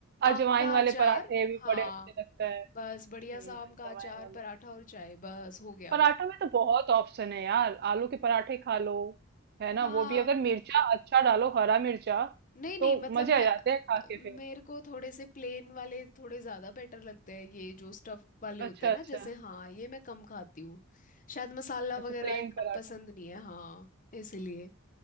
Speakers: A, on the right; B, on the left.
A: अजवाइन
B: आम का
A: वाले
B: अचार
A: पराठे भी
B: हाँ
A: बड़े अच्छे लगता है
B: बस बढ़िया
A: हम्म,
B: सा आम
A: अजवाइन
B: का अचार
A: वाले
B: पराठा और चाय बस हो गया
A: पराठों में तो बहुत ऑप्शन है यार आलू के पराठे खा लो है ना
B: हाँ
A: वो भी अगर मिर्चा अच्छा डालो हरा मिर्चा
B: नहीं नहीं
A: तो
B: मतलब
A: मजे
B: मैं
A: आ जाते हैं खा के फिर
B: मेरे को थोड़े से प्लेन वाले थोड़े ज़्यादा बेटर लगते हैं ये जो स्टफ वाले होते
A: अच्छा
B: हैं
A: अच्छा
B: ना जैसे हाँ ये मैं कम खाती हूँ शायद मसाला वगैरह
A: अच्छा प्लेन
B: इतना
A: पराठा
B: पसंद नहीं है हाँ इसीलिए